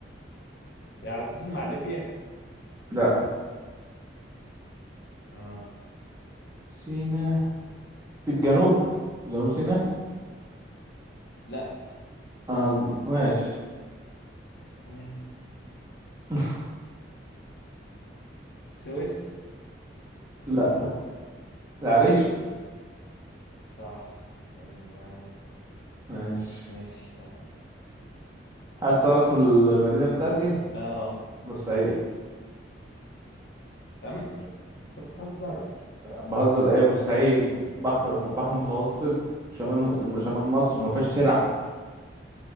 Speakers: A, on the left; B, on the right.
A: يعني على حدود مع ليبيا
B: لا
A: اه
B: سينا في الجنوب في جنوب سيناء
A: لا
B: آه الله ماشي
A: آه،
B: <laughs>
A: السويس
B: لا العريش
A: صح يعني العيب
B: ماشي
A: ماشي يعني
B: عايز تعرف المدينة
A: قول.
B: بتاعتي
A: اه
B: بورسعيد
A: تم يعني. انت بتهزر
B: بهزر ايه بورسعيد بحر بحر متوسط شمال شمال مصر ما فيهاش ترعة